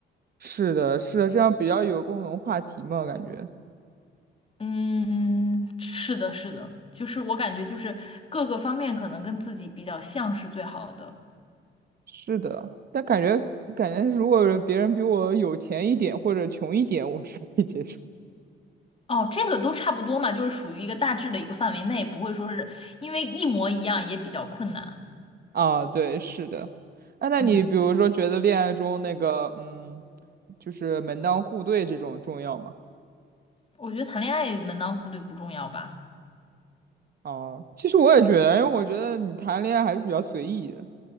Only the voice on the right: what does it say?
是的，是的，这样比较有共同话题嘛，感觉
是的。但感觉感觉，如果别人比我有钱一点或者穷一点，我是可以接受。
啊，对，是的。啊，那你比如说觉得恋爱中那个，
嗯，就是门当户对这种重要吗？
啊，其实我也觉得，因为我觉得你谈恋爱还是比较随意的，